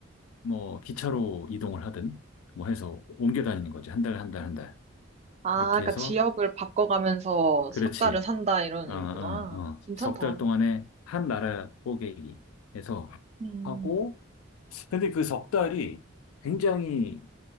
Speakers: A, on the left; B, on the right.
A: 뭐 기차로 이동을 하든 뭐 해서 옮겨 다니는 거지. 한 달, 한 달, 한 달.
B: 아,
A: 그렇게
B: 그러니까
A: 해서,
B: 지역을 바꿔가면서
A: 그렇지.
B: 석 달을 산다, 이런
A: 아,
B: 의미구나.
A: 아, 아.
B: 괜찮다.
A: 석달 동안에 한 나라 뽀개기 해서
B: 음,
A: 하고, 근데 그 석 달이 굉장히,